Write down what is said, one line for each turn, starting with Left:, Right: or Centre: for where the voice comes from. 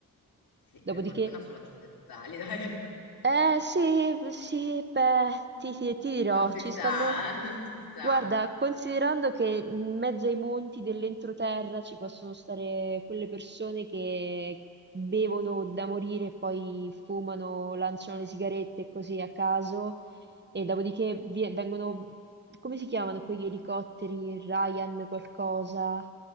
Left: sì, per
Right: Dopodiché
Left: fortuna solo accidentali, <laughs> dai.
Right: eh sì, sì, beh, ti, ti- ti dirò,
Left: Non si
Right: ci
Left: sa,
Right: stanno...
Left: non si sa.
Right: Guarda, considerando che in mezzo ai monti dell'entroterra ci possono stare quelle persone che bevono da morire e poi fumano, lanciano le sigarette così a caso e dopodiché vi- vengono, come si chiamano quegli elicotteri, Ryan qualcosa,